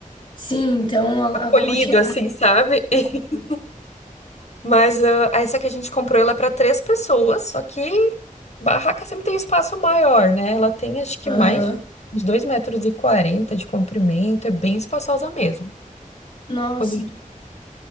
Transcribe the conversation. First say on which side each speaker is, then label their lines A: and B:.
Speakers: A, on the left (about 35°); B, on the left (about 50°).
A: Sim, então
B: acolhido
A: a, a conche-
B: assim, sabe? <laughs> Mas ah, essa que a gente comprou, ela é para três pessoas, só que barraca sempre tem espaço maior, né? Ela tem acho que
A: Aham.
B: mais uns dois metros e quarenta de comprimento, é bem espaçosa mesmo.
A: Nossa.
B: Quando a gente-